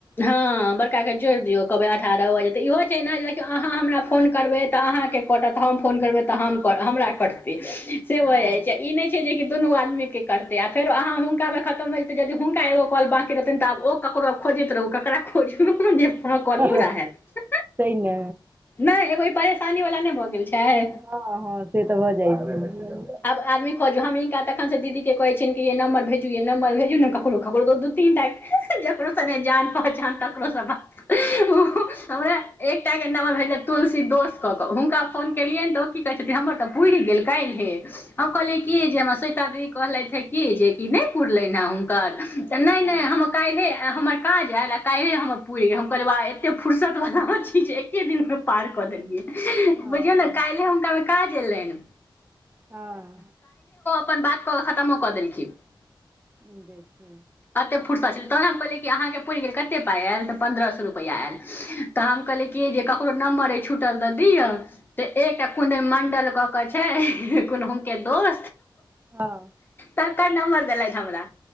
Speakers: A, on the left; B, on the right.
A: हँ बड़का के जोड़ि दियौ कहबै अठारह भऽ रहल ये तो ईहो छै ने देखियौ अहाँ हमरा फोन करबै तऽ अहाँके कोटत हम फोन करबै त हमरा कटतै से भऽ
B: हँ
A: जाय छै आ इ नै छै जे दुनू आदमीके कटतै आ फेरो आहाँ हुनका में खतम भय जेतै त हुनक एगो कॉल बाँकि रहत त आब ओ ककरो खोजैत रहू ककरा खोजू जे फोन काॅल
B: सही
A: पूरा हेत
B: ने
A: नहि एगो ई परेशानी वालला ने भऽ गेल छै
B: हँ हँ से तऽ भऽ जाइ छै
A: आब आदमी खोजु हम हिनका तखन स दीदी के कहै छिय नंबर भेजू य नम्बर भेजू ने ककरो तकरो त दू तीन टा जकरो से नै जान पहचान त तकरो स बात ओ हमरा एकटा के नम्बर भेजलैथ छैे तुलसी दोस क के हुनका फोन केलियनि त कहै छथीन हमर तऽ पुइर गेल काल्हि हे हम कहलियै कि हम श्वेता दी कहलथि हँ कि जेकि नहि पुरलनि हें हुनकर तऽ नहि
B: हँ
A: नहि हम काल्हि हमर काज आयल आ काल्हि हमर पूइरी गेल हम कहलियै बाह अते फुर्सत वाला छी जे एके दिन मे पार क देलियै बुझियौ
B: हँ
A: ने काल्हि हुनका मे काज एलनि
B: हँ
A: अपन बात कऽ क खतमो कऽ देलखिन
B: ह देख
A: अते फुरसत छलै तहन ने हम कहलियै कि अहाँके पुरि गेल कतेक पाइ आयल तऽ पन्द्रह सए रुपआयल तऽ हम कहलियै की जे ककरो नम्बर अइ छुटल तऽ दियअ त एक कियौ मंडल क के छैन हुनके दोस्त
B: हँ
A: तकर नम्बर देलथि हमरा